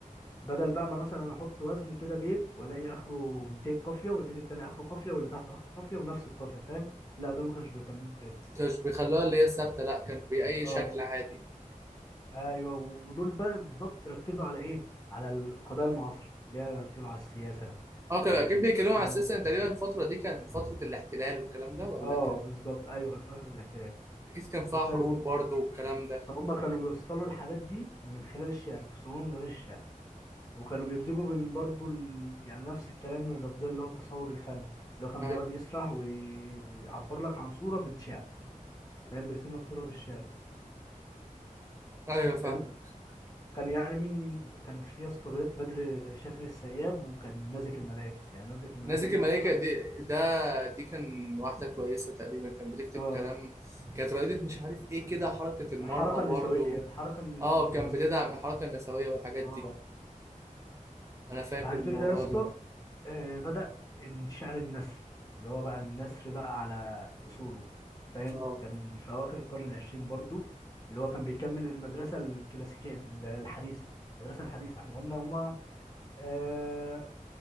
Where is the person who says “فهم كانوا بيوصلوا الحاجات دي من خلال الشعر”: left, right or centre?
Left